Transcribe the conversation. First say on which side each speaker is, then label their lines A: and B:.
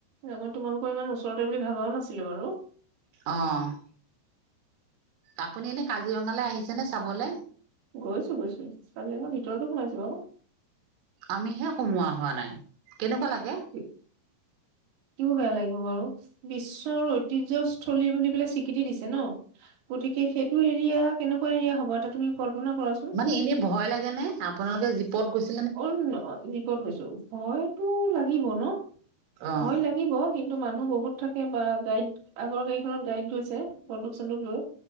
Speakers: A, on the right; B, on the right.
A: মই তোমালোকৰ ইমান ওচৰতে বুলি ভাবাও নাছিলোঁ বাৰু।
B: অ'। আপুনি এনে কাজিৰঙালে আহিছেনে চাবলে?
A: গৈছোঁ, গৈছোঁ কাজিৰঙা ভিতৰতো সোমাইছোঁ বাৰু।
B: আমিহে সোমোৱা হোৱা নাই, কেনেকুৱা লাগে?
A: <unintelligible> কিয় বেয়া লাগিব বাৰু, বিশ্বৰ ঐতিহ্যস্থলী বুলি পেলাই স্বীকৃতি দিছে ন। গতিকে সেইটো এৰিয়া কেনেকুৱা এৰিয়া হ'ব এটা তুমি কল্পনা কৰাচোন।
B: মানে এনেই ভয় লাগেনে? আপোনালোকে জীপত গৈছ
A: অ', জীপত গৈছোঁ, ভয়তো লাগিব ন'
B: অ',
A: ভয় লাগি গিব, কিন্তু মানুহ বহুত থাকে বা গাইড আগৰ গাড়ীখনত গাইড গৈছে বন্দুক, চন্দুক লৈ।